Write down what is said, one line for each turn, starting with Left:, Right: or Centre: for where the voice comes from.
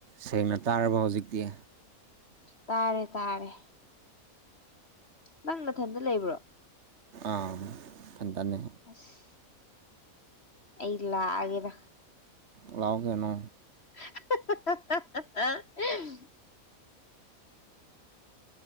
Right: ꯁꯦꯡꯅ ꯇꯥꯔꯕ ꯍꯧꯖꯤꯛꯇꯤ꯫
Left: ꯇꯥꯔꯦ ꯇꯥꯔꯦ꯫ ꯅꯪ ꯅꯊꯟꯗ ꯂꯩꯕ꯭ꯔꯣ꯫
Right: ꯑ ꯐꯟꯇꯅꯦ
Left: ꯑꯁ ꯑꯩ ꯂꯥꯛꯒꯦꯗ꯫
Right: ꯂꯥꯎꯒꯅꯣ꯫
Left: ꯍꯥꯍꯥꯍꯥ